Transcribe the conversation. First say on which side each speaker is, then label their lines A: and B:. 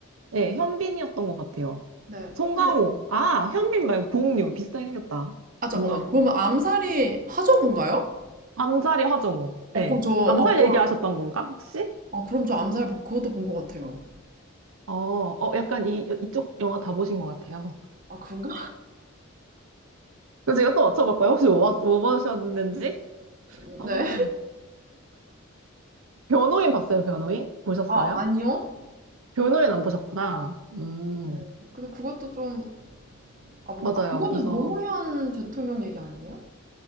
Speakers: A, on the right; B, on the right.
A: 네 현빈이었던 것 같아요.
B: 네.
A: 송강호.
B: 근데
A: 아, 현빈 말고 공유. 비슷하게 생겼다.
B: 아 잠깐만요.
A: 뭔가
B: 그러면 암살이 하정우인가요?
A: 암살이 화정우.
B: 어
A: 예.
B: 그럼 저
A: 암살
B: 아 그럼
A: 얘기하셨던 건가, 혹시?
B: 아 그럼 저 암살 보- 그것도 본 것 같아요.
A: 어, 어, 약간 이, 이쪽 영화 다 보신 것 같아요.
B: 아 그런가?
A: 그래서 제가 또 맞춰볼까요? 혹시 뭐, 봤- 뭐 보셨는지?
B: <laughs>
A: 한번.
B: 네.
A: 변호인 봤어요, 변호인? 보셨어요?
B: 아 아니요.
A: 변호인 안 보셨구나. 음,
B: 네. 근데 그것도 좀 아 뭘
A: 맞아요.
B: 아 그거는
A: 이거,
B: 노무현 대통령 얘기 아니에요?